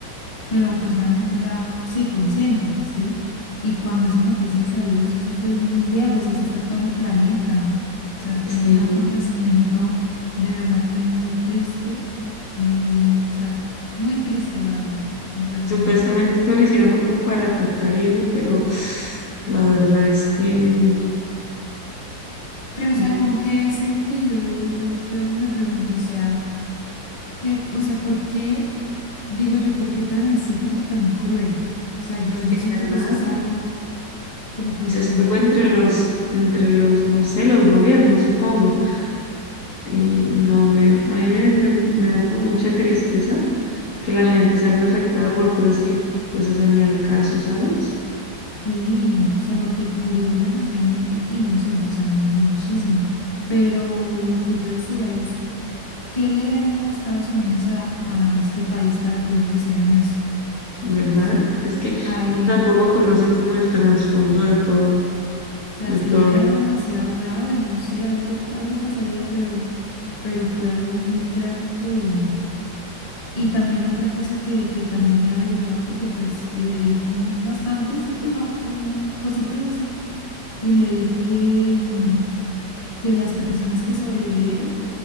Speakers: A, on the left; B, on the left.
A: pero pues obviamente ya, sí, consciente, ¿sí? Y cuando esa noticia salió, eso, eso fue mundial, o sea, eso fue todo el planeta. O sea, fue
B: Sí.
A: un acontecimiento de verdad que muy triste, muy, o sea, muy triste, la verdad. Me pareció
B: Supuestamente
A: demasiado.
B: se lo hicieron como para atacar y eso, pero la verdad es que
A: Pero, o sea,
B: no.
A: ¿con qué sentido? Digo yo, yo a veces me pregunto, o sea, ¿qué, o sea, ¿por qué, digo yo, por qué tan así como tan cruel? O sea, yo,
B: Sí,
A: yo siento
B: ¿verdad?
A: que eso es algo como que
B: Eso
A: me
B: es
A: tienen
B: algo
A: transformado.
B: entre los, entre los, no sé, los gobiernos, supongo. Y no me, a mí me, me me da como mucha tristeza que la gente salga afectada por cosas que pues hacen ni al caso, ¿sabes?
A: Sí, o sea, porque murió demasiada gente inocente, o sea, muchísima. Pero lo que yo decía es, ¿qué le daría Estados Unidos a, a este país para que ellos hicieran eso? O
B: ¿Verdad?
A: sea,
B: Es que
A: hay,
B: uno tampoco conoce como el trasfondo de todo,
A: o sea,
B: de
A: sería
B: todo. el-
A: demasiado grave, no sé, algo, algo pasaría, pero pero fue algo muy trágico y, y también otra cosa que, que también he averiguado porque pues leí mm, bastante, sí, pues no, mm, cositas así, y leí que, mm, que las personas que sobrevivieron